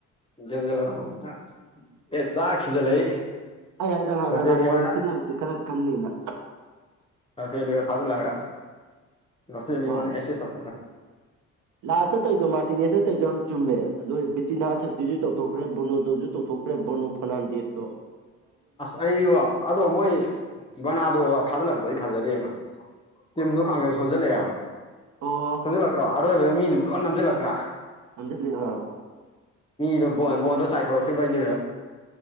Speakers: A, on the left; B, on the right.
A: <unintelligible>
B: ꯑꯩ ꯍꯟꯗꯛ ꯍꯥꯏꯗꯔ
A: ꯔꯐꯦꯂꯤꯌꯣꯅ
B: ꯔꯥꯃꯣꯇ ꯁꯤꯖꯤꯟꯅꯔꯗꯤ ꯈꯔ ꯀꯟꯅꯤꯅ
A: ꯂꯐꯤꯂꯤꯌ‌ꯣ ꯊꯥꯖꯤꯜꯂꯛꯑꯒ ꯂꯐꯤꯂꯤꯌ‌ꯣꯅ
B: ꯍꯣꯏ
A: ꯑꯦꯁꯦꯁ
B: ꯂꯥꯁꯇ ꯇꯧꯗꯣ ꯃꯥꯔꯇꯤꯅꯦꯁꯅ ꯇꯧꯗꯣ ꯌꯥꯝ ꯆꯨꯝꯃꯦ ꯅ‌ꯣꯏ ꯕꯤꯇꯤꯅꯥ ꯁꯛꯇꯤꯁꯨ ꯇꯧꯊꯣꯛꯈ꯭ꯔꯦ ꯕꯣꯅꯣꯁꯨ ꯇꯧꯊꯣꯛꯈ꯭ꯔꯦ ꯕꯣꯅꯣ ꯐꯅꯟꯗ‌ꯦꯠꯇꯣ
A: ꯑꯁ ꯑꯩꯕꯣ ꯑꯗꯣ ꯃꯣꯏ ꯕꯅꯥꯗꯣꯒ ꯊꯥꯖꯤꯜꯂꯛꯄꯗꯣ ꯑꯩ ꯐꯖꯗꯦꯕ ꯇꯤꯝꯗꯣ ꯈꯥꯡꯁ‌ꯣꯟ ꯁꯣꯟꯖꯤꯜꯂꯛꯑꯦꯕ
B: ꯑꯣ
A: ꯅꯝꯁꯤꯜꯂꯛꯇ꯭ꯔ ꯑꯔ‌ꯣꯏꯕꯗ ꯃꯤꯅ ꯂꯣꯏꯅ ꯅꯝꯁꯤꯜꯂꯛꯇ꯭ꯔꯥ
B: ꯅꯝꯁꯤꯜꯖꯤꯔ‌ꯣ
A: ꯃꯤꯗꯣ ꯕꯣꯟ ꯕ‌ꯣꯟꯗꯣ ꯆꯥꯏꯊꯣꯔꯛꯇ꯭ꯔꯤꯕꯩꯅ‌ꯦꯕ